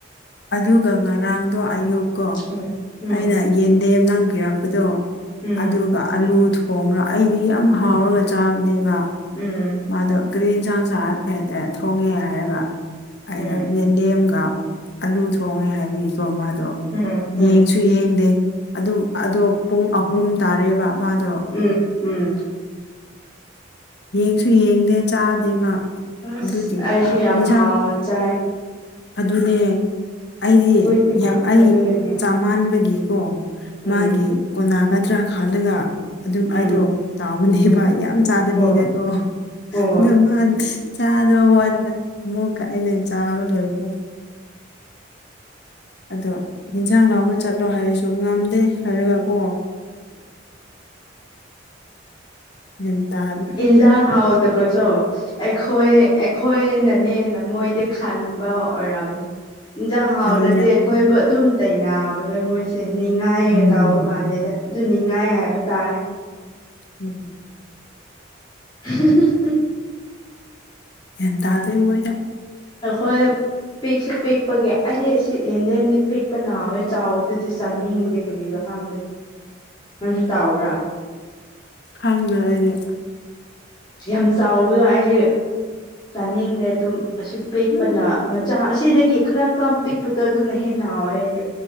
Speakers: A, on the left; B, on the left.
A: ꯑꯗꯨꯒ ꯉꯔꯥꯡꯗꯣ ꯑꯌꯨꯛꯀꯣ
B: ꯎꯝ ꯎꯝ
A: ꯑꯩꯅ ꯌꯦꯟꯗꯦꯝ ꯅꯪꯕꯤꯔꯛꯄꯗꯣ
B: ꯎꯝ
A: ꯑꯗꯨꯒ ꯑꯂꯨ ꯊꯣꯡꯉ ꯑꯩꯗꯤ ꯌꯥꯝ
B: ꯎꯝ
A: ꯍꯥꯎꯔꯒ ꯆꯥꯕꯅꯦꯕ
B: ꯎꯝ
A: ꯃꯥꯗꯣ ꯀꯔꯤ ꯌꯦꯟꯁꯥꯡꯁꯠ ꯊꯣꯡꯉꯦ ꯍꯥꯏꯔꯒ ꯑꯩꯅ
B: ꯎꯝ
A: ꯌꯦꯟꯗꯦꯝꯒ ꯑꯂꯨ ꯊꯣꯡꯉꯦ ꯍꯥꯏꯕꯒꯤꯁꯨꯣ ꯃꯥꯗꯣ
B: ꯎꯝ ꯎꯝ
A: ꯌꯦꯡꯁꯨ ꯌꯦꯡꯗꯦ ꯑꯗꯨ ꯑꯗꯣ ꯄꯨꯡ ꯑꯍꯨꯝ ꯇꯥꯔꯦꯕ ꯃꯥꯗꯣ
B: ꯎꯝ ꯎꯝ
A: ꯌꯦꯡꯁꯨ ꯌꯦꯡꯗꯦ ꯆꯥꯗꯦ ꯃꯥ
B: ꯑꯁ
A: ꯑꯗꯨꯒꯤ
B: ꯑꯩꯁꯨ ꯌꯥꯝ
A: ꯌꯦꯟꯁꯥꯡ
B: ꯍꯥꯎꯅ ꯆꯥꯏ
A: ꯑꯗꯨꯅꯦ ꯑꯩꯗꯤ
B: ꯑꯩꯈꯣꯏꯗꯤ
A: ꯌꯥꯝ ꯑꯩ
B: ꯑꯗꯨꯅꯦ
A: ꯆꯥꯃ ꯄꯥꯟꯕꯥꯟꯕꯒꯤꯀꯣ
B: ꯎꯝ
A: ꯃꯥꯒꯤ ꯀꯣꯅꯥꯒꯗ꯭ꯔꯥ ꯈꯜꯂꯒ ꯑꯗꯨꯝ
B: ꯎꯝ
A: ꯑꯩꯗꯣ ꯇꯥꯎꯕꯅꯦꯕ
B: ꯎꯝ
A: ꯌꯥꯝ ꯆꯥꯗꯕꯤꯗꯀꯣ
B: ꯍꯣꯏ ꯍꯣꯏ
A: ꯑꯗꯨ ꯃꯥ ꯆꯥꯗꯕ ꯋꯥꯟꯗ ꯑꯃꯨꯛꯀ ꯑꯩꯅ ꯆꯥꯕ ꯂꯣꯏꯕ ꯑꯗꯣ ꯌꯦꯟꯖꯥꯡ ꯂꯥꯎꯕ ꯆꯠꯂꯣ ꯍꯥꯏꯔꯁꯨ ꯉꯝꯗꯦ ꯍꯥꯏꯔꯒꯀꯣ ꯏꯇ
B: ꯏꯟꯖꯥꯡ ꯍꯥꯎ ꯇ ꯄꯨꯁꯨꯣ ꯑꯩꯈꯣꯏ ꯑꯩꯈꯣꯏꯅꯅꯦ ꯂꯝꯃꯣꯏꯗꯤ ꯈꯟꯕ ꯑꯣꯏꯔꯝ ꯏꯟꯖꯥꯡ ꯍꯥꯎꯗ꯭ꯔꯗꯤ
A: ꯑꯗꯨꯅꯦ
B: ꯑꯩꯈꯣꯏꯕꯨ ꯑꯗꯨꯝ ꯇꯩꯅꯕꯗꯣ ꯃꯣꯏꯁꯦ ꯅꯤꯡꯉꯥꯏꯒ
A: ꯎꯝ
B: ꯇꯥꯎꯕ ꯃꯥꯜꯂꯦꯗ ꯑꯗꯨ ꯅꯤꯡꯉꯥꯏ ꯍꯥꯏꯕ ꯇꯥꯔꯦ
A: ꯎꯝ
B: <unintelligible>
A: ꯌꯦ ꯇꯗꯦ ꯃꯥ
B: ꯑꯩꯈꯣꯏ ꯄꯦꯛꯁꯨ ꯄꯦꯛꯄꯒꯤ ꯑꯩꯗꯤ ꯑꯁꯤ ꯌꯦꯟꯗꯦꯝꯗꯤ ꯄꯦꯛꯄꯅ ꯍꯥꯎꯋꯦ ꯆꯥꯎꯕꯗꯨꯗꯤ ꯆꯥꯅꯤꯡꯗꯦ ꯀꯔꯤꯔꯥ ꯈꯪꯗꯦ ꯅꯪꯁꯨ ꯇꯥꯎꯕ꯭ꯔꯥ
A: ꯈꯪꯗ꯭ꯔꯦ ꯑꯩꯗꯤ
B: ꯌꯥꯝ ꯆꯥꯎꯕꯗꯣ ꯑꯩꯗꯤ ꯆꯥꯅꯤꯡꯗꯦ ꯑꯗꯨꯝ ꯑꯁꯤ ꯄꯤꯛꯄꯅ
A: ꯑꯗꯨꯝ
B: ꯃꯆꯥ ꯑꯁꯤꯗꯒꯤ ꯈꯔ ꯈꯔ ꯄꯤꯛꯄꯗꯣ ꯑꯗꯨꯅ ꯍꯦꯟꯅ ꯍꯥꯎꯋꯦ ꯑꯩꯗꯤ